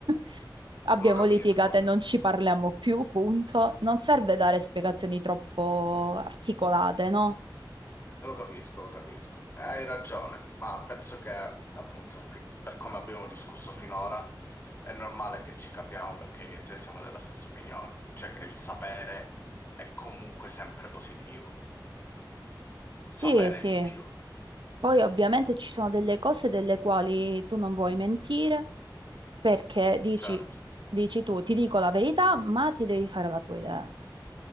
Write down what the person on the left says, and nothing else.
lo capisco,
lo capisco, lo capisco. Eh, hai ragione, ma penso che appunto fi- per come abbiamo discusso finora è normale che ci capiamo perché io e te siamo della stessa opinione, cioè che il sapere è comunque sempre positivo.
Sapere
di più,
certo,